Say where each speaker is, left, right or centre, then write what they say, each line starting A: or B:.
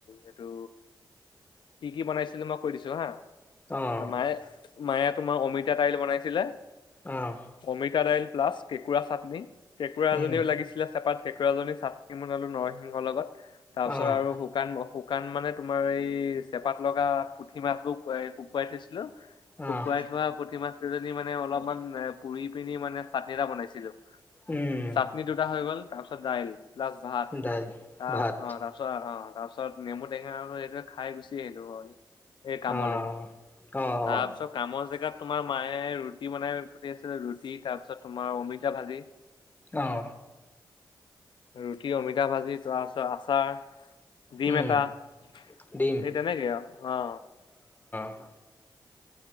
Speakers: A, on the left; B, on the left.
A: এইটো কি কি বনাইছিলে মই কৈ দিছো হা
B: অ',
A: মায়ে মায়ে তোমাৰ অমিতা দাইল বনাইছিলে
B: অ',
A: অমিতা দাইল প্লা কেঁকুৰা চাটনি কেঁকুৰা
B: উম,
A: এজনীও লাগিছিলে েপ কেঁকৰাী চাটি বনালো নৰসিংহৰ লগত তাৰ পিছত
B: অ',
A: আৰু শুকান দুোকান মানে তোমাৰ এই চেপাত লগা পুঠি মাছ বোৰ কুকুৱাই থৈছে
B: অ',
A: শুকুৱাই থোৱা পুঠি মাছ কেইজনী মানে অলপমান পুৰি পিনি মানে চাটনি এটা বনাইছিলো
B: উম,
A: চাটনি দুটা হৈ গ'ল তাৰপিছত দাইল প্লাছ ভাত
B: দাইল,
A: তাৰাছ
B: ভাত,
A: অ তাৰ পিছত অ তাৰ পিছত নেমু টেঙা আৰু সেইে খাই গুচ স হল সেই কামলে
B: অ', অ',
A: তাৰপিছত কামত জেগাত তোমাৰ মায়ে ৰুটি বনাই পতি আছিলে ৰুটি তাৰপিছত তোমাৰ অমিতা ভাজি
B: অ
A: ৰুটি অমিতা ভাজি তাৰপিছত আচাৰ দিিমকা
B: উম,
A: এই
B: ডিম,
A: তে নেকে আৰু অ
B: ন